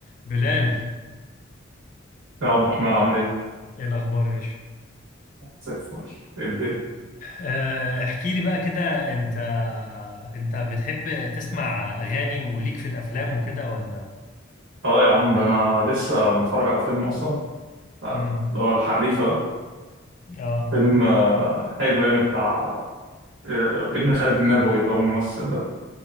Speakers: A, on the left (about 40°); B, on the right (about 80°).
A: بلال
B: يا عبد الرحمن عامل ايه؟
A: ايه الاخبار يا باشا
B: زي الفل ايه الدنيا؟
A: آه، احكي لي بقى كده انت انت بتحب تسمع اغاني وليك في الافلام وكده ولا
B: اه يا عم ده انا لسه متفرج على فيلم اصلا بتاع-
A: امم
B: اللي هو الحريفه ده
A: اه
B: فيلم آه، حلو يعني بتاع آه، ابن خالد النبوي اللي هو الممثل ده